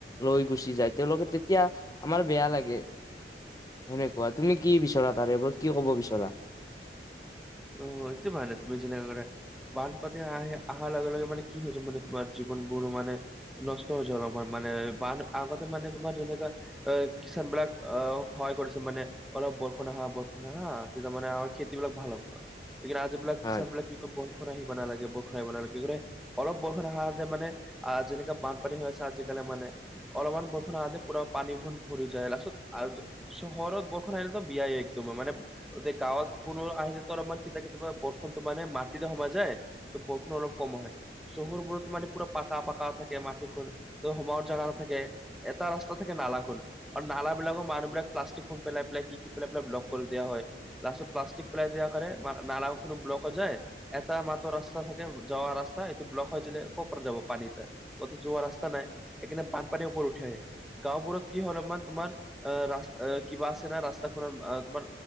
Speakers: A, on the left; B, in the centre.
A: লৈ গুচি যায় তেওঁলোকে তেতিয়া আমাৰ বেয়া লাগে। সেনেকুৱা তুমি কি বিচৰা তাৰে ওপৰত কিয় ক'ব বিচৰা?
B: অ এতিয়া ভানত বুজি নাইপৰে বানপাতে আহে অহাৰ লগে লগে মানে কি হৈ হৈছে মানে তোমাৰ জীৱনবোৰ মানে নষ্ট হৈ যল আমাৰ মানে বান আগতে মানে তোমাৰ যেনেকা এ কিষান বিলাক আ সহায় কৰিছে মানে অলপ বৰষুণ আহা বৰষুণ আহা তেতিয়া মানে আৰু খেতিবিলাক ভাল হব এ আজি এইবিলাক
A: হয়
B: কিষান বিলাক কি কয় বৰষুণ আহিব নালাগে বৰষুণ আহিব নালাগে, কি কৰে অলপ বৰষুণ অহাতে মানে আ যেনেকা বানপানী হৈ আছে আজিকালি মানে অলপমান বৰষুণ আহোঁতে পোৰা পানী ভোন ভৰি যায় লাষ্টতত আ- চহৰত বৰষুণ আহিলতো বিয়াই একদম মানে গাঁৱত কোনো আহিলে ত আমাৰ কি থাকে তোমাৰ বৰষুণটো মানে মাটিতে সোমাই যায় ত বৰষুণ অলপ কম হয় চহৰবোৰতো পুৰা পাকা পাকা থাকে মাটিখন ত হোমাৰ জাগা নাথাকে। এটা ৰাস্তা থাকে নালাখোন আৰু নালাবিলাকৰ মানুহ বিলাক প্লাষ্টিক খুন পেলাই পেলাই কি কি পেলাই পেলাই ব্লক কৰি দিয়া হয়। লাষ্টত প্লাষ্টিক পেলাই দিয়া কৰে নালাও ব্লক হৈ যায়। এটা মাত্ৰ ৰাস্তা থাকে যাৱা ৰাস্তা এইটো ব্লক হৈ দিলে ক'ৰ পৰা যাব পানীতে কতো যোৱা ৰাস্তা নাই এইকাৰণে বানপানীৰ ওপৰত উঠি আহে। গাঁওবোৰত কি হয় অলপমান তোমাৰ আহ ৰাস্ত কিবা আছে না ৰাস্তা খনে তোমাৰ